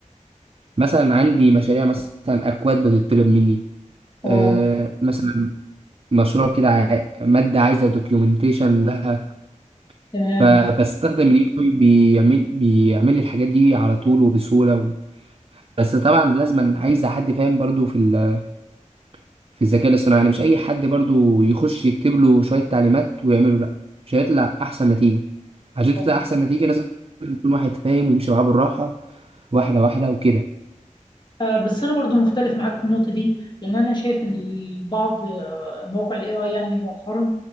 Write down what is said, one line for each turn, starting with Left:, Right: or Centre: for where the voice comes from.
Right: مثلا عندي مشاريع مثلا اكواد بتطلب مني
Left: اه
Right: آه، مثلا مشروع كده عاي- مادة عايزة دوكيومنتيشن لها
Left: تمام
Right: فبستخدم الاي اي بيعمل بيعمل لي الحاجات دي على طول وبسهولة و... بس طبعا لازم عايز حد فاهم برضو في ال... في الذكاء الاصطناعي يعني مش اي حد برضو يخش يكتب له شوية تعليمات ويعمله لا مش هيطلع احسن نتيجة عشان
Left: اه
Right: تطلع احسن نتيجة لازم يكون واحد فاهم ويمشي معاه بالراحة واحدة واحدة وكده
Left: آه، بس انا برضو مختلف معاك في النقطه دي لان انا شايف ان البعض آه، مواقع الاي اي يعني مؤخرا